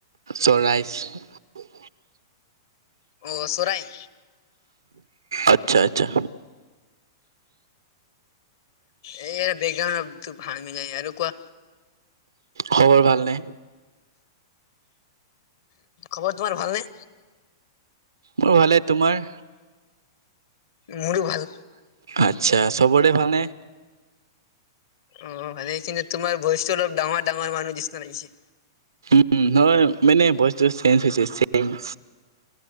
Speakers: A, on the right; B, on the left.
A: <unintelligible>
B: অ' চৰাই।
A: আচ্ছা আচ্ছা।
B: অ' এ বেক <unintelligible> মে যায়, আৰু কোৱা।
A: খবৰ ভালনে?
B: খবৰ তোমাৰ ভালনে?
A: মোৰ ভালে, তোমাৰ?
B: মোৰো ভাল
A: আচ্ছা, চবৰে ভালনে?
B: অ' ভালেই। কিন্তু তোমাৰ ভয়চটো অলপ ডাঙৰ ডাঙৰ মানুহ নিচনা লাগিছে।
A: উম নহয় মানে, ভয়চটো চেঞ্জ হৈছে, চেঞ্জ